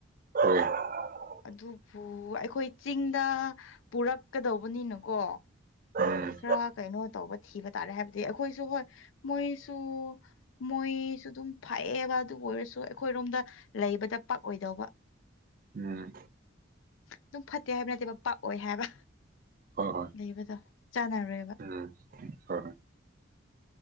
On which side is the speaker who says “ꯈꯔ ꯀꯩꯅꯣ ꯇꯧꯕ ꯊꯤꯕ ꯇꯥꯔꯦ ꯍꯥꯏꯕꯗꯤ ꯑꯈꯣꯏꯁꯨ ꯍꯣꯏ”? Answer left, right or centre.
Left